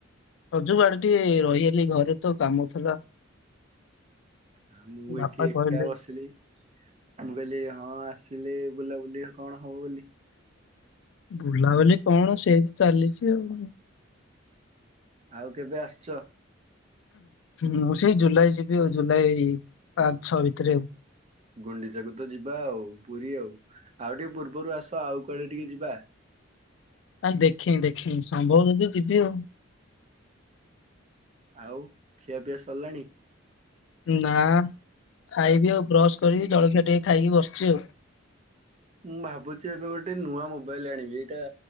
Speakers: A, on the left; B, on the right.
A: ରଜ କୁ ଆଡ଼େ ଟିକେ ରହିଗଲି ଘରେ ତ କାମ ଥିଲା।
B: ଆ ମୁଁ
A: ବାପା
B: ଏଇଠି ଏକା
A: କହିଲେ
B: ବସିଲି ମୁଁ କହିଲି ହଁ ଆସି ଥିଲେ ବୁଲାବୁଲି କଣ ହବ ବୋଲି।
A: ବୁଲାବୁଲି କଣ ସେମିତ ଚାଲିଛି ଆଉ।
B: ଆଉ କେବେ ଆସ ଶ୍ଚ
A: ମୁଁ ସେଇ ଜୁଲାଇ ଯିବି ଆଉ ଜୁଲାଇ ପାଞ୍ଚ ଛଅ ଭିତରେ
B: ଗୁଣ୍ଡିଚାକୁ ତ ଯିବା ଆଉ। ପୁରୀ ଆଉ। ଆଉ ଟିକେ ପୂର୍ବରୁ ଆସ ଆଉ କୁଆଡେ ଟିକେ ଯିବା।
A: ଆରେ ଦେଖେଇି ଦେଖେଇ ସମ୍ଭବ ଯଦି ଯିବି ଆଉ।
B: ଆଉ ଖିଆପିଆ ସାରଲାଣି?
A: ନା ଖାଇବି ଆଉ ବ୍ରଶ କରିକି ଜଳଖିଆ ଟିକେ ଖାଇକି ବସିଛି ଆଉ।
B: ମୁଁ ଭାବୁଛି ଏବେ ଗୋଟେ ନୂଆ ମୋବାଇଲ ଆଣିବି ଏଇଟା